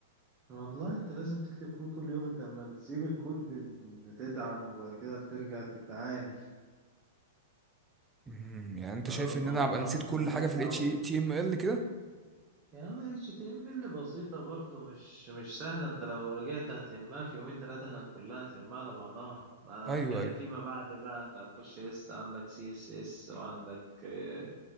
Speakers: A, on the right; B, on the right.
A: والله انت لازم تكتب كود كل يوم انت اما بتسيب الكود بت- بتتعب وبعد كده بترجع تتعاني
B: مم، يعني أنت
A: فالموضوع
B: شايف إن أنا أبقى نسيت
A: الموضوع
B: كل حاجة في
A: تعود
B: الاتش تي ام ال HTML كده
A: يعني HTML بسيطة برضو مش مش سهلة انت لو رجعت هتلمها في يومين تلاتة كلها هتلمها على بعضها انا
B: أيوه
A: بتكلم
B: أيوه
A: فيما بعد بقى انت هتخش لسه عندك CSS وعندك آه،